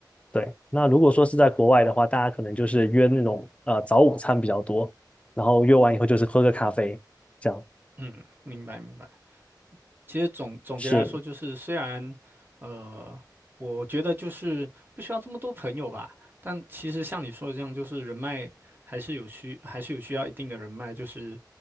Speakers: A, on the left; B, on the right.
A: 对，那如果说是在国外的话，大家可能就是约那种呃早午餐比较多，然后约完以后就是喝个咖啡，这样
B: 嗯，明白明白。其实总总结来说，
A: 是。
B: 就是虽然，呃，我觉得就是不需要这么多朋友吧，但其实像你说的这样，就是人脉还是有需，还是有需要一定的人脉，就是